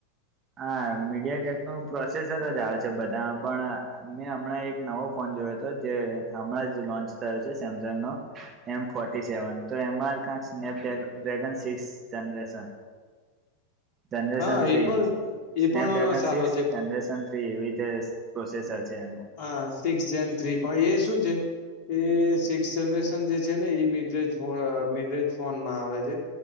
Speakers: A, on the right; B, on the left.
A: હા મીડિયા ટેકનો પ્રોસેસર જ આવે છે, બધામાં પણ મેં હમણાં એક નવો ફોન જોયો તો, જે હમણાં જ લોન્ચ થયો સે સેમસંગ નો. એમ ફોર્ટી સેવન, તો એમાં કાક Snapdragon six generation.
B: <inaudible>
A: જનરેશન
B: હા
A: થ્રી
B: એ પણ
A: જ.
B: એ
A: સ્નેપડ્રેગન
B: પણ સારો
A: સિક્સ
B: છે પણ
A: જનરેસન થ્રી એવી રીતે પ્રોસેસર છે એનું.
B: હા સિક્સ જેન થ્રી પણ એ શું છે? એ સિક્સ જનરેશન જે છે, ને ઈ મિડરેજ ફો અ મિડરેજ ફોનમાં આવે છે.